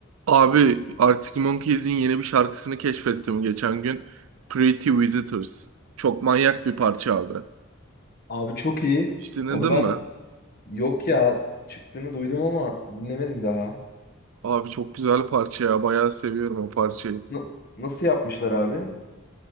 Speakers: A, on the right (about 80°); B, on the left (about 45°).
A: Abi Arctic Monkeys'in yeni bir şarkısını keşfettim geçen gün. Pretty Visitors. Çok manyak bir parça abi.
B: Abi çok iyi.
A: Hiç dinledin
B: Onu ben
A: mi?
B: yok ya çıktığını duydum ama dinlemedim daha.
A: Abi çok güzel parça ya. Bayağı seviyorum o parçayı.
B: Na- nasıl yapmışlar abi?